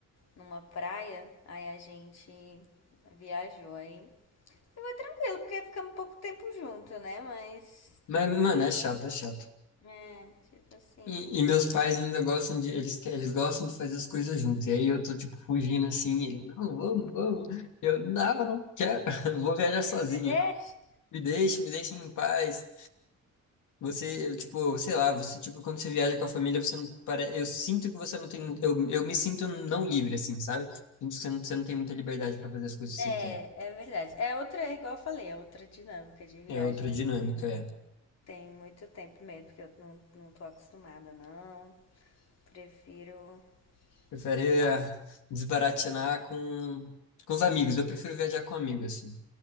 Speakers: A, on the left (about 60°); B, on the left (about 80°).
A: numa praia, aí a gente viajou aí. Tranquilo, porque ficamos pouco tempo junto, né? Mas,
B: mas, mano, é chato, é chato.
A: é, tipo assim.
B: E, e meus pais ainda gostam de, eles, que- eles gostam de fazer as coisas juntos. E aí eu tô, tipo, fugindo assim, e ele, não, vamos, vamos. Eu, não, não quero, <laughs> vou viajar sozinho.
A: É verdade.
B: Me deixe, me deixem em paz. Você, eu, tipo, sei lá, você, tipo, quando você viaja com a família, você não, para, eu sinto que você não tem, eu, eu me sinto não livre, assim, sabe? Sinto que você não, você não tem muita liberdade para fazer as coisas que
A: É,
B: você quer.
A: é verdade. É outra, é igual eu falei, é outra dinâmica de viagem
B: É outra dinâmica, é
A: Tem muito tempo mesmo, porque eu não, não tô acostumada, não. Prefiro,
B: Prefere
A: sei lá.
B: eh, desbaratinar com, com os amigos. Eu prefiro viajar com amigo, assim.